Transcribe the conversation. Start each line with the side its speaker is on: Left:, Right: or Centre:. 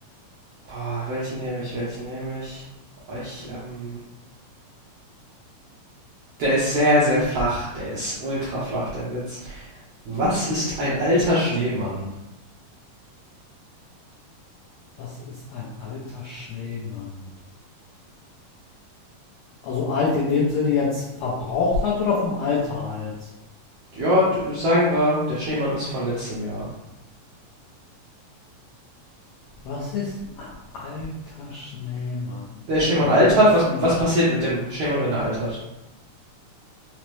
Right: boah, welchen nehme ich? Welchen nehme ich? Oh, Ich, ähm, der ist sehr, sehr flach. Der ist ultra flach, der Witz. Was ist ein alter Schneemann?
Left: Was ist ein alter Schneemann? Also alt in dem Sinne jetzt verbraucht alt oder vom Alter alt?
Right: Ja, d- sagen wir, der Schneemann ist von letztem Jahr.
Left: Was ist ein alter Schneemann?
Right: Der
Left: Okay,
Right: Schneemann
Left: vom
Right: altert.
Left: letzten
Right: Was,
Left: Jahr.
Right: was passiert mit dem Schneemann, wenn er altert?